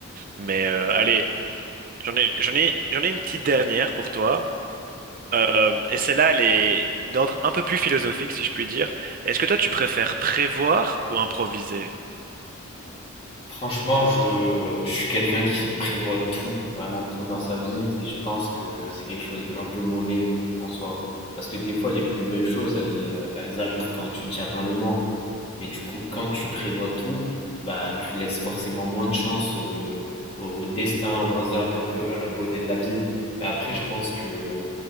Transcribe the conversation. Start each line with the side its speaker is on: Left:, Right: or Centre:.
Right: Mais euh, allez, j'en ai j'en ai j'en ai une petite dernière pour toi. Euh, et celle-là, elle est d'ordre un peu plus philosophique, si je puis dire. Est-ce que toi, tu préfères prévoir ou improviser?
Left: Franchement, je, je suis quelqu'un qui prévoit tout, vraiment tout dans sa vie, et je pense que c'est quelque chose d'un peu mauvais en soi. Parce que des fois, les plus belles choses, elles, euh, elles arrivent quand tu t'y attends le moins. Mais du coup, quand tu prévois tout, bah, tu laisses forcément moins de chance euh, au, au destin, au hasard et un peu à la beauté de la vie. Mais après, je pense que